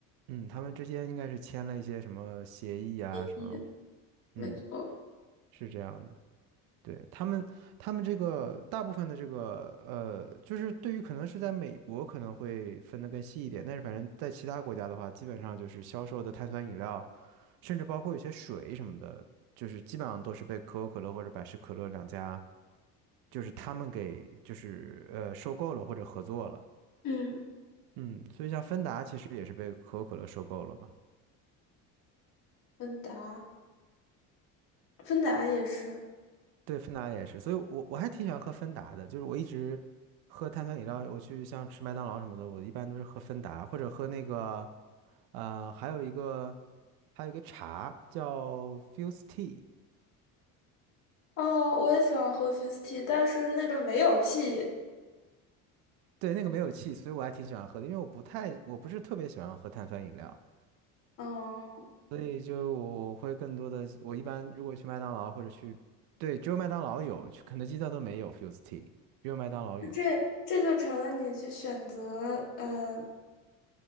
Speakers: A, on the right (about 75°); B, on the left (about 60°).
A: 嗯，他们之间应该是签了一些什么协议啊，什么，
B: 也没错，
A: 嗯，是这样的。对，他们，他们这个大部分的这个呃，就是对于可能是在美国可能会分得更细一点，但是反正在其他国家的话，基本上就是销售的碳酸饮料，甚至包括有些水什么的，就是基本上都是被可口可乐或者百事可乐两家，就是他们给就是呃收购了或者合作了。
B: 嗯，
A: 嗯，所以像芬达其实也是被可口可乐收购了嘛。
B: 问答。芬达也是。
A: 对，芬达也是，所以我我还挺喜欢喝芬达的，就是我一直喝碳酸饮料，我去像吃麦当劳什么的，我一般都是喝芬达或者喝那个，呃，还有一个还有一个茶叫 Fuse Tea，
B: 哦，我也喜欢喝 f i z t e 但是那种没有 tea。
A: 对，那个没有气，所以我还挺喜欢喝的，因为我不太我不是特别喜欢喝碳酸饮料，
B: 嗯，
A: 所以就我会更多的我一般如果去麦当劳或者去，对，只有麦当劳有，去肯德基它都没有 Fuse Tea，只有麦当劳有，
B: 这这就成了你去选择，呃，